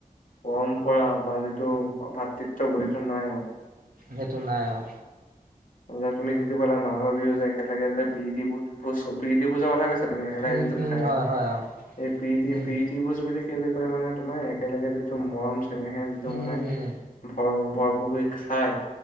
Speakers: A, on the left; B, on the right.
A: পৰম্পৰা বা যিটো ভাতৃত্ববোধ সেইটো নাই মানে।
B: সেইটো নাই অ'।
A: যে তুমি যিটো ক'লা মাঘ বিহুত যে একেলগে যে প্ৰীতি ভোজ প্ৰীতি ভোজৰ কথা কৈছা তুমি একেলগে
B: উম,
A: যিটো,
B: উম,
A: খাই
B: হয়, হয়, অ,
A: এই প্ৰীতি
B: উম,
A: প্ৰীতি ভুজ বুলি কেলে কয় মানে তোমাৰ একেলগে যিটো মৰম চেনেহে যিটো
B: উম,
A: মানে
B: উম,
A: ভৰ ভৰপূৰ কৰি খাই